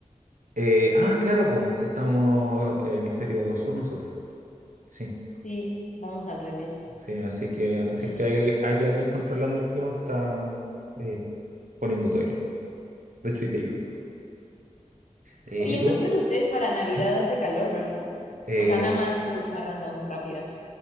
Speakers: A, on the right; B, on the left.
A: Eh, ah, claro, pues, si estamos eh, hemisferio sur nosotros. Sí,
B: Sí, vamos al revés.
A: sí, así que,
B: <laughs>
A: así es que hay, hay alguien controlando el clima, está eh, poniendo otoño. De hecho, hoy día llovió. Eh,
B: Oye,
A: ¿y
B: entonces
A: tú?
B: ustedes para Navidad
A: ¿Mm?
B: hace calor, ¿verdad?
A: Eh,
B: O sea, nada más pregunta random, rápida.